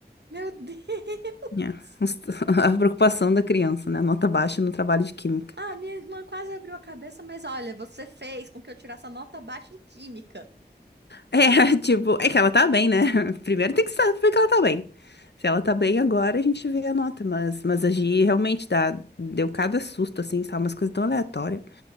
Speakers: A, on the right (about 80°); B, on the left (about 80°).
A: Meu <laughs> Deus!
B: É, <laughs> A preocupação da criança, né? Nota baixa no trabalho de química.
A: Ah, minha irmã quase abriu a cabeça, mas olha, você fez com que eu tirasse a nota baixa em química.
B: É, <laughs> tipo, é que ela tá bem, né? <laughs> Primeiro tem que saber que ela tá bem. Se ela tá bem agora, a gente vê a nota. Mas, mas a Gi realmente dá, deu cada susto, assim, sabe? Umas coisas tão aleatórias.